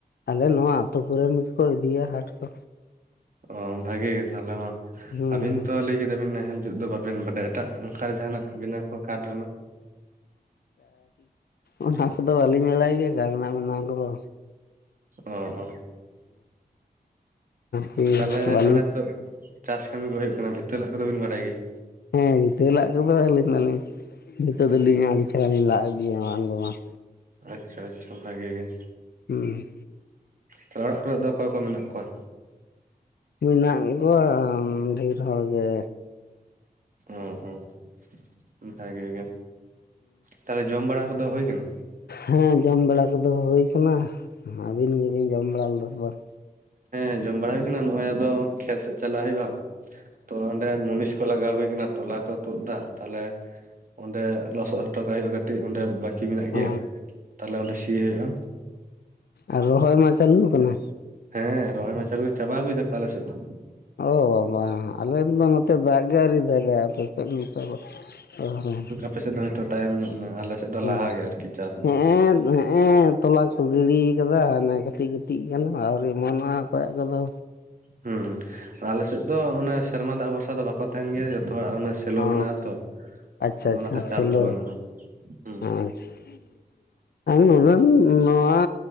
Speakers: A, on the left; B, on the right.
A: ᱟᱞᱮ ᱱᱚᱶᱟ ᱟᱛᱳ ᱠᱚᱨᱮᱱ ᱜᱮᱠᱚ ᱤᱫᱤᱭᱟ ᱦᱟᱸᱴ ᱠᱚ
B: ᱚ ᱵᱷᱟᱜᱤ ᱜᱮ ᱛᱟᱦᱚᱞᱮ ᱢᱟ
A: ᱦᱮᱸ
B: ᱟᱹᱵᱤᱱ ᱛᱚ ᱞᱟᱹᱭ ᱠᱮᱫᱟᱵᱤᱱ ᱱᱟᱦᱮᱞ ᱡᱩᱫ ᱫᱚ ᱵᱟᱵᱮᱱ ᱵᱟᱰᱟᱭᱟ ᱮᱴᱟᱜ ᱚᱱᱠᱟ ᱡᱟᱦᱟᱱᱟᱜ ᱵᱮᱱᱟᱣᱹ ᱠᱚ ᱠᱟᱴ ᱨᱮᱱᱟᱜ
A: ᱚᱱᱟ ᱠᱚᱫᱚ ᱵᱟᱹᱞᱤᱧ ᱵᱟᱲᱟᱭ ᱜᱮᱭᱟ ᱨᱮᱱᱟᱜ ᱵᱮᱱᱟᱣ ᱠᱚᱫᱚ
B: ᱚ ᱚ
A: ᱦᱮ
B: ᱛᱟᱦᱚᱞᱮ
A: ᱦᱮᱸ ᱵᱟᱞᱤ
B: ᱦᱚᱜᱼᱚᱭ ᱛᱚ ᱪᱟᱥ ᱠᱟᱹᱢᱤ ᱠᱚ ᱦᱩᱭᱩᱜ ᱠᱟᱱᱟ ᱵᱷᱤᱛᱟ ᱞᱟᱜ ᱠᱚᱫᱚ ᱵᱤᱱ ᱵᱟᱲᱟᱭ ᱜᱮᱭᱟ?
A: ᱦᱮᱸ ᱜᱷᱟᱹ ᱞᱟᱜ ᱠᱚᱫᱚ ᱟᱹᱞᱤᱧ ᱫᱚᱞᱤᱧ ᱱᱤᱛᱚᱜ ᱫᱩᱞᱤᱧ ᱟᱹᱰᱤ ᱪᱟᱲ ᱞᱤᱧ ᱞᱟᱜ ᱤᱫᱤᱭᱟ ᱵᱟᱝ ᱫᱚ ᱵᱟᱝ
B: ᱟᱪᱪᱷᱟ ᱟᱪᱪᱷᱟ ᱵᱷᱟᱜᱮ ᱜᱮ
A: ᱦᱩᱸ
B: ᱛᱚ ᱚᱲᱟᱜ ᱠᱚᱨᱮᱜ ᱫᱚ ᱚᱠᱚᱭ ᱠᱚ ᱢᱮᱱᱟᱜ ᱠᱚᱣᱟ?
A: ᱢᱮᱱᱟᱜ ᱠᱚᱣᱟ ᱰᱷᱮᱨ ᱦᱚᱲ ᱜᱮ
B: ᱚᱸ ᱦᱚᱸ ᱵᱷᱟᱜᱮ ᱜᱮ ᱛᱟᱦᱞᱮ ᱡᱚᱢ ᱵᱟᱲᱟ ᱠᱚᱫᱚ ᱦᱳᱭ ᱠᱟᱱᱟ?
A: ᱦᱮᱸ ᱡᱚᱢ ᱵᱟᱲᱟ ᱠᱚᱫᱚ ᱦᱩᱭ ᱠᱟᱱᱟ ᱟᱹᱵᱤᱱ ᱜᱮᱵᱤᱱ ᱡᱚᱢ ᱵᱟᱲᱟ ᱞᱮᱫᱟ ᱵᱟᱝ?
B: ᱦᱮᱸ ᱡᱚᱢ ᱵᱟᱲᱟ ᱦᱩᱭ ᱠᱟᱱᱟ ᱱᱚᱜᱼᱚᱭ ᱟᱫᱚ ᱠᱷᱮᱛ ᱥᱮᱜ ᱪᱟᱞᱟᱜ ᱦᱳᱭᱳᱜᱼᱟ ᱛᱚ ᱚᱸᱰᱮ ᱢᱩᱱᱤᱥ ᱞᱟᱜᱟᱣ ᱦᱩᱭ ᱠᱟᱱᱟ ᱛᱚᱞᱟ ᱠᱚ ᱛᱩᱫ ᱫᱟ ᱛᱟᱦᱚᱞᱮ ᱚᱸᱰᱮ ᱞᱚᱥᱚᱜ ᱦᱚᱴᱚ ᱠᱟᱜ ᱦᱳᱭᱳᱜᱼᱟ ᱠᱟᱹᱴᱤᱡ ᱚᱸᱰᱮ ᱵᱟᱹᱠ ᱠᱤ ᱢᱮᱱᱟᱜ ᱜᱮᱭᱟ
A: ᱚ
B: ᱛᱟᱦᱚᱞᱮ ᱚᱸᱰᱮ ᱥᱤ ᱦᱳᱭᱳᱜᱼᱟ
A: ᱟᱨ ᱨᱚᱦᱚᱭ ᱢᱟ ᱪᱟᱹᱞᱩᱣ ᱠᱟᱱᱟ?
B: ᱦᱮᱸ ᱨᱚᱦᱚᱭ ᱢᱟ ᱪᱟᱞᱩᱭ ᱪᱟᱵᱟ ᱟᱹᱩᱭ ᱫᱟᱠᱚ ᱟᱞᱮᱥᱮᱫ ᱫᱚ
A: ᱚ ᱵᱟᱵᱟ ᱟᱞᱮ ᱫᱚ ᱱᱚᱛᱮ ᱫᱟᱜ ᱜᱮ ᱟᱣᱨᱤ ᱟᱭ ᱟᱯᱮ ᱪᱮᱜ ᱵᱤᱱ ᱢᱮᱛᱟ <unintelligible>
B: ᱟᱯᱮᱥᱮᱫ ᱫᱚ ᱦᱳᱭ ᱛᱚ ᱛᱟᱭᱚᱢ ᱧᱚᱜ ᱱᱟ, ᱟᱞᱮ ᱥᱮᱫ ᱫᱚ ᱞᱟᱦᱟ
A: ᱦᱩᱸ
B: ᱜᱮ ᱟᱨᱠᱤ ᱪᱟᱥ ᱫᱚ
A: ᱦᱮᱜᱼᱮᱸ ᱦᱮᱜᱼᱮᱸ ᱛᱚᱞᱟ ᱠᱚ ᱜᱤᱲᱤ ᱠᱟᱫᱟ ᱟᱱᱮ ᱠᱟᱹᱴᱤᱡ ᱠᱟᱹᱴᱤᱡ ᱠᱟᱱᱟ ᱟᱹᱣᱨᱤ ᱚᱢᱚᱱᱚᱜᱼᱟ ᱚᱠᱚᱭᱟᱜ ᱠᱚᱫᱚ
B: ᱦᱩᱸ ᱦᱩᱸ ᱟᱞᱮ ᱥᱮᱫ ᱫᱚ ᱚᱱᱟ ᱥᱮᱨᱢᱟ ᱫᱟᱜ ᱵᱷᱚᱨᱥᱟ ᱫᱚ ᱵᱟᱠᱚ ᱛᱟᱦᱮᱱ ᱜᱮᱭᱟ ᱡᱚᱛᱚ ᱦᱚᱲᱟᱜ ᱚᱱᱟ ᱥᱮᱞᱚ
A: ᱚ
B: ᱢᱮᱱᱟᱜᱼᱟ ᱛᱚ
A: ᱟᱪᱪᱷᱟ
B: ᱟᱫᱚ
A: ᱟᱪᱪᱷᱟ
B: ᱚᱱᱟᱛᱮ ᱪᱟᱯ
A: ᱥᱮᱞᱚ
B: ᱫᱚ ᱵᱟᱹᱱᱩᱜᱼᱟ ᱦᱩᱸ
A: <unintelligible> ᱟᱨ ᱱᱚᱸᱰᱮᱱ ᱱᱚᱣᱟ